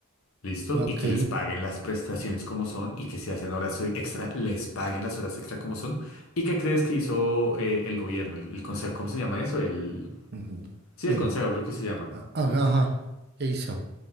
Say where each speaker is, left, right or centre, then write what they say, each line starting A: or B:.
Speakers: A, on the left; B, on the right.
A: ¿Listo?
B: Ok.
A: Y que les paguen las prestaciones como son y que si hacen horas extra, les paguen las horas extra como son. ¿Y qué crees que hizo eh, el gobierno, el, el consejo? ¿Cómo se llama eso? El...
B: Ujú.
A: Sí,
B: ¿Quién?
A: el consejo creo que se llama.
B: Ah, Ajá, ajá. ¿Qué hizo?